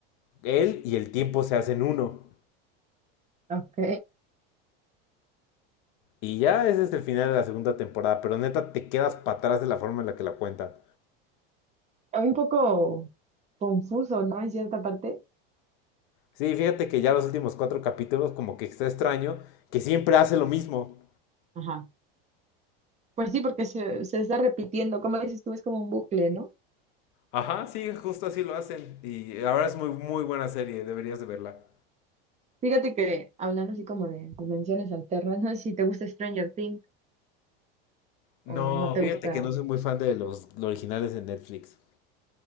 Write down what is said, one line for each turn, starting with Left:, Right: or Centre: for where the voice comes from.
Left: Él y el tiempo se hacen uno.
Right: Ok,
Left: Y ya ese es el final de la segunda temporada, pero neta te quedas para atrás de la forma en la que la cuentan.
Right: un poco confuso, ¿no? En cierta parte.
Left: Sí, fíjate que ya los últimos cuatro capítulos como que está extraño, que siempre hace lo mismo.
Right: Ajá. Pues sí, porque se, se está repitiendo, como dices tú, es como un bucle, ¿no?
Left: Ajá, sí, justo así lo hacen. Y la verdad es muy, muy buena serie, deberías de verla.
Right: Fíjate que hablando así como de dimensiones alternas, no sé si te gusta Stranger Things
Left: No,
Right: o no te
Left: fíjate
Right: gusta.
Left: que no soy muy fan de los, los originales de Netflix.